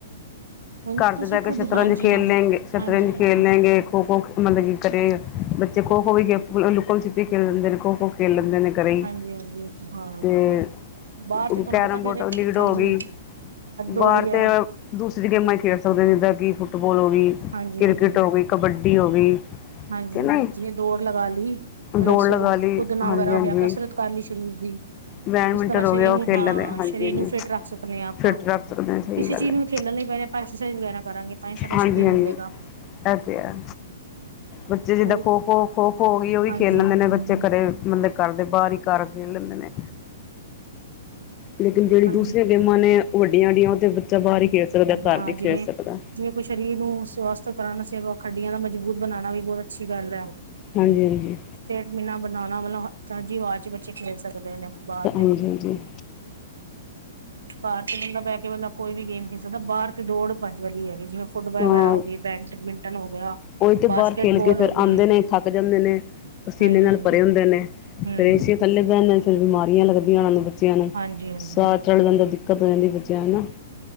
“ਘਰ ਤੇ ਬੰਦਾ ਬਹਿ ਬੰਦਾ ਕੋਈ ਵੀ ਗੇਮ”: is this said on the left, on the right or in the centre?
Right